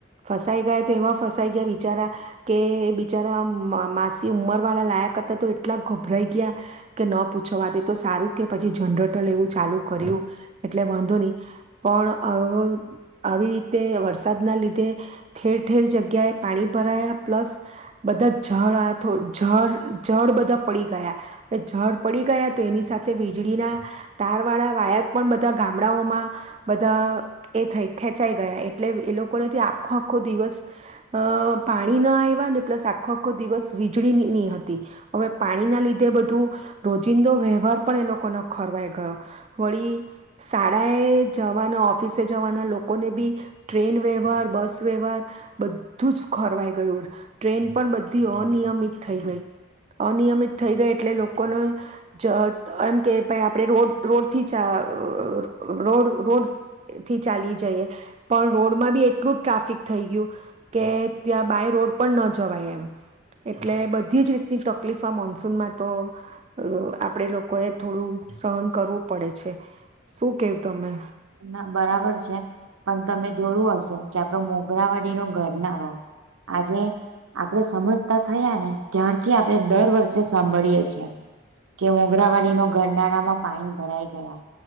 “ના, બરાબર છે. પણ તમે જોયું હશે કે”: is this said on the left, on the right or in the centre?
Right